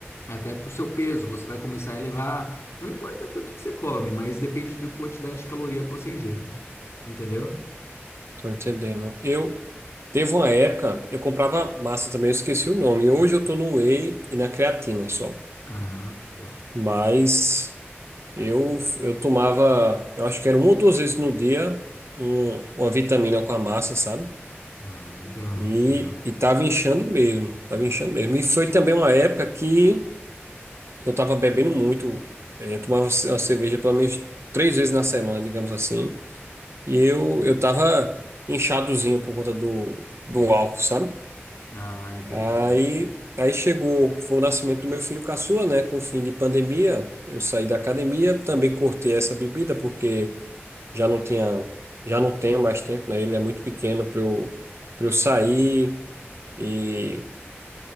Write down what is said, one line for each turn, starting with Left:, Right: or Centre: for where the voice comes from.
Left: Até pro seu peso, você vai começar a elevar. Não importa tanto o que você come, mas depende da quantidade de caloria que você ingere, entendeu?
Right: Tô entendendo. Eu teve uma época, eu comprava massa também, eu esqueci o nome. Hoje eu tô no whey e na creatina só.
Left: Ah, boa.
Right: Mas eu eu tomava, eu acho que era uma ou duas vezes no dia, um- uma vitamina com a massa, sabe?
Left: Ah, legal,
Right: E,
Left: legal.
Right: e tava inchando mesmo, tava inchando mesmo. E foi também uma época que eu tava bebendo muito, eh, eu tomava ce- uma cerveja pelo menos três vezes na semana, digamos assim. E eu, eu tava inchadozinho por conta do, do álcool, sabe?
Left: Ah, entendi.
Right: Aí, aí chegou, foi o nascimento do meu filho caçula, né? Com o fim de pandemia, eu saí da academia, também cortei essa bebida porque já não tinha, já não tenho mais tempo, né? Ele é muito pequeno para eu, para eu sair e